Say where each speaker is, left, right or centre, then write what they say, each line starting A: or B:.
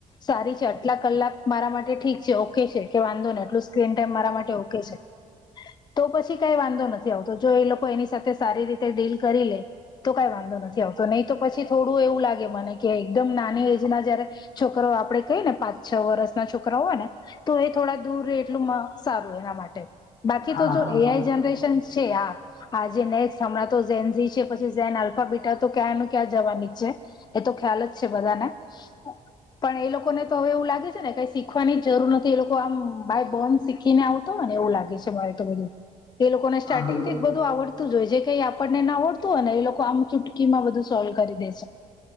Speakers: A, on the left; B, on the left.
A: સારી છે આટલા કલાક મારા માટે ઠીક છે ઓકે છે કે વાંધો નહીં આટલો સ્ક્રીન ટાઈમ મારા માટે ઓકે છે. તો પછી કાઈ વાંધો નથી આવતો જો એ લોકો એની સાથે સારી રીતે ડીલ કરી લે તો કાઈ વાંધો નથી આવતો નહી તો પછી થોડું એવું લાગે મને કે એકદમ નાની એજ ના જયારે છોકરો આપડે કઈ ને પાંચ છ વર્ષ ના છોકરા હોય ને તો એ થોડા દૂર રે એટલું સારું એના માટે બાકી
B: હા
A: તો જો
B: બિલકુલ
A: એઆઈ જનરેશનશ છે હા આજે નેક્સ્ટ હમણાં તો જેન ઝી છે પછી જેન આલ્ફા બીટ તો ક્યાંનું ક્યાં જવાની જ છે એ તો ખ્યાલ જ છે બધાને પણ એ લોકોને તો હવે એવું લાગે છે ને કઈ શીખવાની જરૂર નથી એ લોકો આમ બાય બોન શી ખીને આવતો હો ને એવું લાગે છે મારે તો બધું એ લોકોને સ્ટાર્ટિંગ
B: હા બે
A: થી જ બધું આવડતું જ હોય જે કઈ આપણને ના આવડતું હોય એ લોકો આમ ચુટકીમાં બધું સોલ્વ કરી દેશે